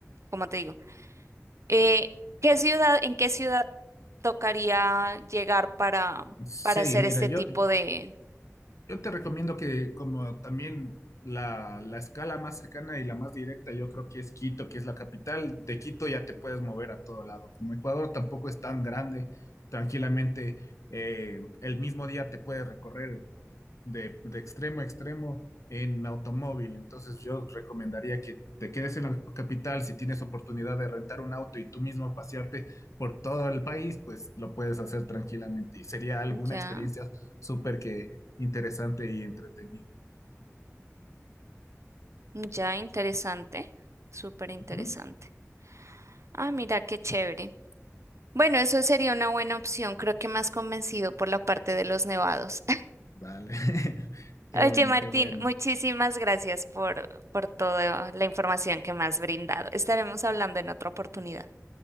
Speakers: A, on the right (about 65°); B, on the left (about 75°).
A: como te digo? Eh, ¿qué ciudad, en qué ciudad tocaría llegar para,
B: Sí,
A: para hacer
B: mira,
A: este
B: yo,
A: tipo de...
B: Yo te recomiendo que como también la, la escala más cercana y la más directa, yo creo que es Quito, que es la capital. De Quito ya te puedes mover a todo lado. Como Ecuador tampoco es tan grande, tranquilamente eh, el mismo día te puedes recorrer de, de extremo a extremo en automóvil. Entonces yo recomendaría que te quedes en la capital si tienes oportunidad de rentar un auto y tú mismo pasearte por todo el país, pues lo puedes hacer tranquilamente y sería alguna
A: Ya,
B: experiencia súper que interesante y entretenida.
A: ya, interesante, súper interesante.
B: Ujú.
A: Ah, mira, qué chévere. Bueno, eso sería una buena opción. Creo que más convencido por la parte de los nevados.
B: Dale, <laughs>
A: <laughs>
B: qué
A: Oye,
B: bueno,
A: Martín,
B: qué bueno.
A: muchísimas gracias por, por toda la información que me has brindado. Estaremos hablando en otra oportunidad.